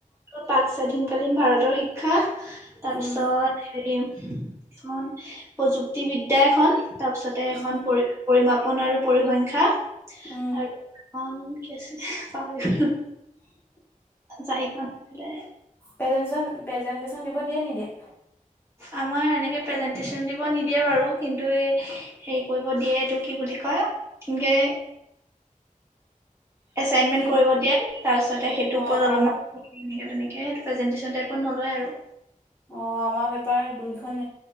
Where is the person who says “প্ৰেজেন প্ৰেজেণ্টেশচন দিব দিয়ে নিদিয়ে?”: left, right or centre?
Left